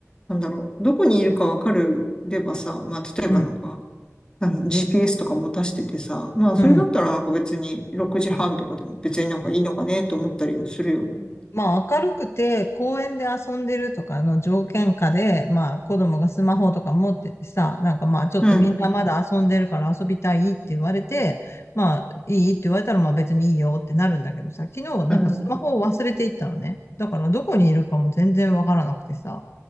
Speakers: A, on the left; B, on the left.
A: なんだろう。どこにいるかわかればさ、まあ、例えばなんか、
B: うん。
A: あの GPS とか持たしててさ、まあそれだったらなんか別に6時半とかでも別になんかいいのかねと思ったりもするよね。
B: うん。まあ明るくて公園で遊んでるとかの条件下で、まあ子供がスマホとか持っててさ、なんかまあちょっとみんなまだ遊んでるから遊びたいって言われて、
A: うん、
B: まあいいって言われたらまあ別にいいよってなるんだけどさ、昨日なんかスマホを忘れていったのね。
A: うん、
B: だからどこにいるかも全然わからなくてさ、